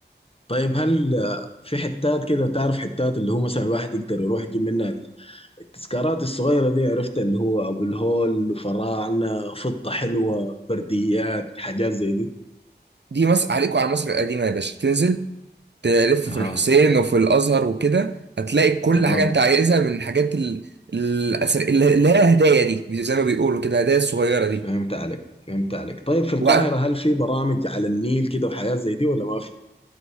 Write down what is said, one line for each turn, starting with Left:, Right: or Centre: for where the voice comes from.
Left: طيب هل آه، في حتات كده تعرف حتات اللي هو مثلا الواحد يقدر يروح يجيب منها ال- التذكارات الصغيرة دي عرفت اللي هو أبو الهول وفراعنة فضة حلوة برديات حاجات زي دي
Right: دي مصر عليكم على مصر القديمة يا باشا تنزل تلف
Left: أها
Right: في الحسين وفي الازهر وكده هتلاقي كل
Left: تمام
Right: حاجه انت عايزها من الحاجات ال- الأثر اللي اللي هي هدايا دي زي ما بيقولوا كده هدايا الصغيره دي
Left: فهمت عليك فهمت عليك طيب في القاهرة
Right: وقت
Left: هل في برامج على النيل كده وحاجات زي دي ولا ما في؟